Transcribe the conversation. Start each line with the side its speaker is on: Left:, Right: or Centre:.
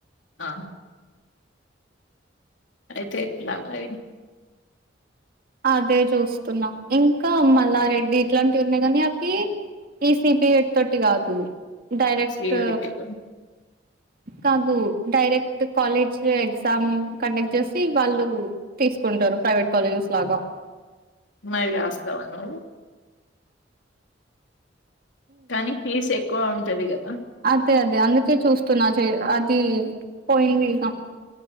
Left: ఆ అయితే ఎట్లా మరి
Right: అదే చూస్తున్నా ఇంకా మల్లారెడ్డి ఇట్లాంటివి ఉన్నాయి కాని అవి ఈసిపిహెట్ తోటి కాదు డైరెక్ట్
Left: సిఇటిలో
Right: కాదు డైరెక్ట్ కాలేజ్ ఎగ్జామ్ కండక్ట్ చేసి వాళ్ళు తీసు కుంటరు ప్రైవేట్ కాలేజెస్ లాగా
Left: మ రా్యాస్ <unintelligible> తవాను కానీ ఫీజ్ ఎక్కువ ఉంటది కదా
Right: అంతే అదే అందుకే చూస్తున్నా అది పోయిందిక